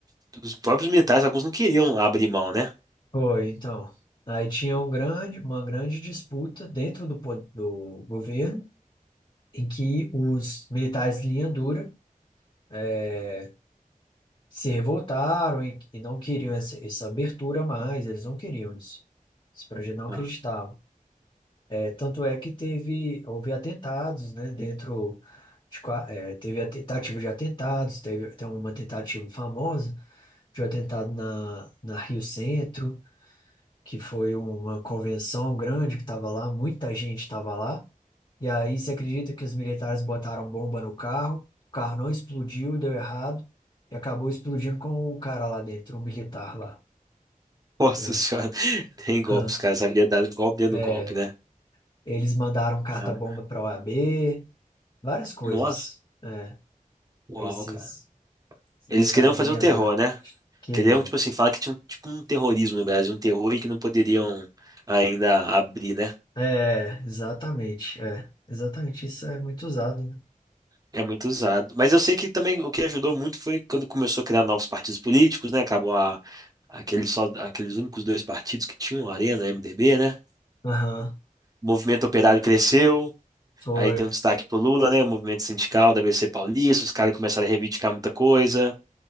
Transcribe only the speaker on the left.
Foi, então. Aí tinha um grande, uma grande disputa dentro do, po- do governo, em que os militares de linha dura eh, se revoltaram e, e não queriam essa, essa abertura mais, eles não queriam isso. Esse projeto não
acreditava. é tanto é que teve, houve atentados, né, dentro de, qua- eh, teve a tentativa de atentados, teve até uma tentativa famosa de um atentado na, na Rio Centro, que foi uma convenção grande que estava lá, muita gente estava lá. E aí você acredita que os militares botaram bomba no carro, o carro não explodiu, deu errado, e acabou explodindo com o cara lá dentro, o militar lá.
É.
Hã.
É,
eles mandaram carta-bomba
para a OAB, várias coisas.
É,
esses
militares
de linha
dura
queriam.
É, exatamente. É, exatamente. Isso é muito usado, né?
Aham.
Foi,